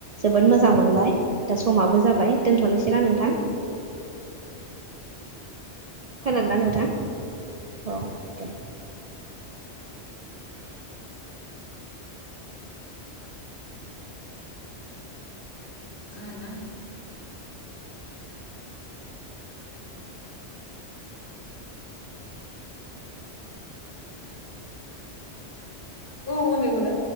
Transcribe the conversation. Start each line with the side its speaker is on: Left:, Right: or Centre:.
Right: जोबोद मोजां मोनबाय दा समाबो जाबाय दोनथ'नोसैना नोंथां खोनादों ना
Left: औ
Right: नोंथां ओ दे
Left: खोनादों ना नोंथां औ होनांगौ दा